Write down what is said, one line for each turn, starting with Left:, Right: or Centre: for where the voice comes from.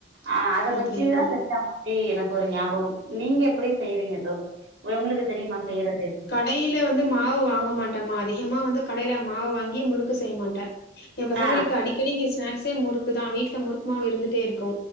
Right: ஆ அத
Left: அப்டியா?
Right: வச்சுதா செஞ்சமா அப்டி எனக்கு ஒரு ஞாபகம் நீங்க எப்டி செய்வீங்க தோழர் உங்களுக்கு தெரியுமா செய்யறது எப்டி
Left: வெளியில வந்து மாவு வாங்க மாட்டம்மா அதிகமாக வந்து கடையில மாவு வாங்கி முறுக்கு செய்ய மாட்டே என் பசங்களுக்கு
Right: ஆ
Left: அடிக்கடி இங்க ஸ்நாக்ஸ்சே முறுக்கு தா வீட்டுல முறுக்கு மாவு இருந்துட்டே இருக்கு